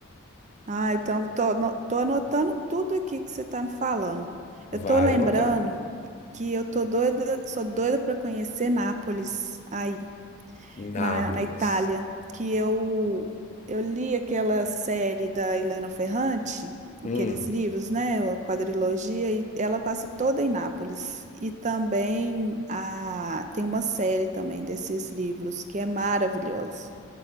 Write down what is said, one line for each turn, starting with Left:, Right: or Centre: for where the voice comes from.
Right: Ah, então tô, ano- tô anotando tudo aqui que você tá me falando. Eu tô
Left: Vai
Right: lembrando
Left: anotando.
Right: que eu tô doida, sou doida para conhecer Nápoles aí na,
Left: Nápoles.
Right: na Itália, que eu eu li aquela série da Helena Ferrante, aqueles
Left: Hum,
Right: livros, né, a quadrilogia e ela passa toda em Nápoles. E também a tem uma série também desses livros que é maravilhosa.